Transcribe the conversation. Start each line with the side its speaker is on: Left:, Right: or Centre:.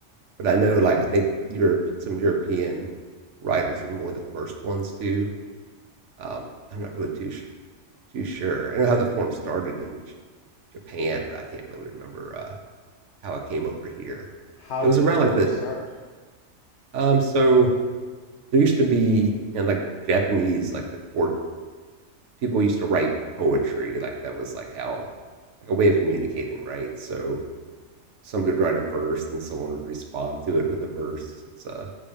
Right: but I know, like, I think Europe some European writers were more the first ones to. Um, I'm not really too sh too sure. I know how the form started in J Japan, but I can't really remember, uh, how it came over here.
Left: how
Right: It was
Left: did
Right: around
Left: the form
Right: like the
Left: start?
Right: um, so there used to be in, like, Japanese, like, the court people used to write poetry, like, that was, like, how like, a way of communicating, right? So somebody would write a verse and someone would respond to it with a verse. It's uh,